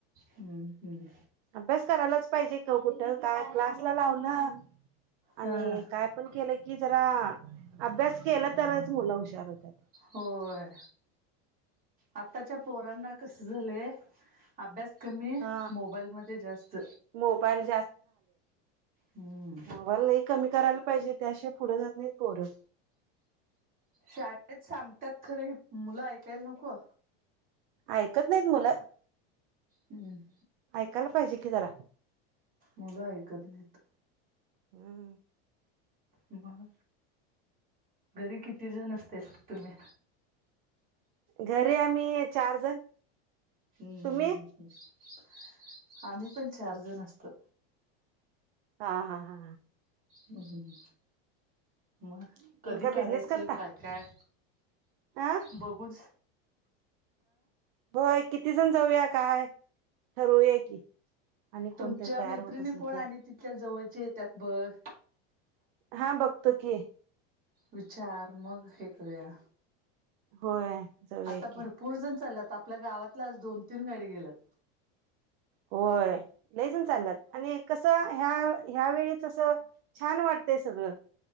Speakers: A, on the right; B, on the right.
A: हम्म हम्म
B: अभ्यास करायलाच पाहिजे का कुठं काय क्लासला लावलं
A: हा
B: आणि काय पण केलं की जरा अभ्यास केला तरच मुलं हुशार होतात.
A: होय आत्ताच्या पोरांना कसं झालंय अभ्यास कमी
B: हा
A: मोबाईलमध्ये जास्त
B: मोबाईल
A: हम्म
B: वा लय कमी करायंला पाहिजे त्यांशिवाय पुढे जातं नाहीतं पोरं
A: शाळेत सांगतात खरं मुलं ऐकायंला नको
B: ऐकत नाहीत मुल
A: हम्म
B: ऐकायला पाहिजे कि जरा.
A: मुलं ऐकत नाहीत
B: हम्
A: मग घरी किती जण असतेस तुम्ही
B: घरी आम्ही चार जण.
A: हम्म
B: तुम्ही
A: हम्म हम् आम्ही पण चार जण असतो.
B: हा हा हा
A: हम्् मग
B: तुमचा
A: कधी काढायचं
B: बिझनेस करता
A: काय काय
B: हा
A: बघूच
B: भय किती, जण जाऊया काय ठरवूया की, आणि
A: तुमच्या
B: कोणतरी तयार
A: मैत्रिणी
B: होत असल
A: कोण
B: तर
A: आणि तिथल्या जवळच्या येत्यात बघ.
B: हा, बघतो की,
A: विचार मग हे करूया
B: होय, जाऊया
A: आता
B: की
A: भरपूर जण चालल्यात, आपल्या गावातलाच आज दोन -तीन गाडी गेल्यात.
B: होय, लय जण चाललात आणि कसं ह्या, ह्या वेळीच जस छान वाटतय सगळं